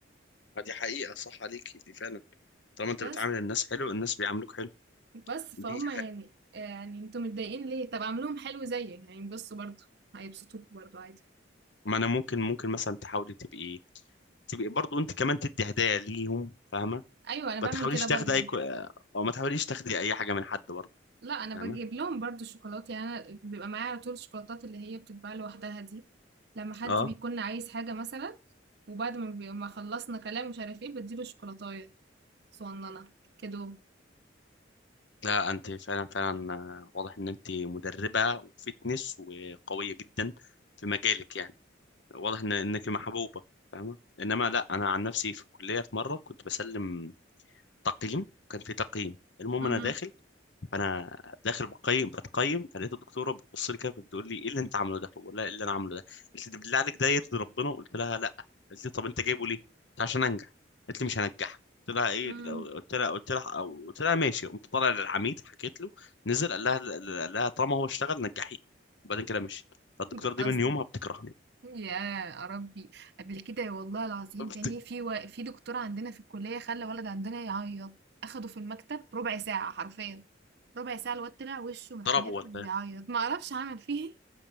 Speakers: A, on the left; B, on the right.
A: فدي حقيقة صح عليكي دي فعلا طالما انت
B: بس
A: بتعامل الناس حلو الناس بيعاملوك حلو
B: بس
A: دي
B: فهم يعني يعني انتوا متضايقين ليه طب اعملوهم حلو زيي هينبسطوا برضو هيبسطوكوا برضو عادي
A: ما انا ممكن ممكن مثلا تحاولي تبقي تبقي برضو انت كمان تدي هدايا ليهم فاهمه
B: ايوه انا بعمل
A: ما تحاوليش
B: كده برضو
A: تاخدي اي كو... او ما تحاوليش تاخدي اي حاجه من حد برضو
B: لا انا
A: فاهمه
B: بجيب لهم برضو الشوكولاتة يعني انا بيبقى معايا على طول الشوكولاتات اللي هي بتتباع لوحدها دي لما حد
A: اه
B: بيكون عايز حاجة مثلا وبعد ما بي... ما خلصنا كلام مش عارف ايه بديله شوكولاتاية صغننة كده
A: لا انت فعلا فعلا آه، واضح ان انت مدربه وفتنس وقويه جدا في مجالك يعني واضح ان انك محبوبه فاهمه انما لا انا عن نفسي في الكليه في مره كنت بسلم تقييم كان في تقييم المهم
B: مهم.
A: انا داخل فانا داخل بقيم بتقيم فلقيت الدكتوره بتبص لي كده فبتقول لي ايه اللي انت عامله ده فبقول لها ايه اللي انا عامله ده قالت لي ده بالله عليك ده يرضي ربنا قلت لها لا قالت لي طب انت جايبه ليه قلت عشان انجح قالت لي مش هنجحك قلت لها ايه
B: مهم.
A: لو- قلت لها قلت لها أو قلت لها ماشي قمت طالع للعميد حكيت له نزل قال لها قال لها طالما هو اشتغل نجحيه وبعدين كده مشيت فالدكتوره
B: ده
A: دي
B: اصلا
A: من يومها بتكرهني
B: يا ربي قبل كده والله العظيم
A: بت-
B: تاني في و... في دكتور عندنا في الكلية خلى ولد عندنا يعيط أخده في المكتب ربع ساعة حرفيا ربع ساعة الواد طلع وشه محمر
A: ضربه ولا
B: بيعيط
A: إيه؟
B: ما اعرفش عمل فيه ايه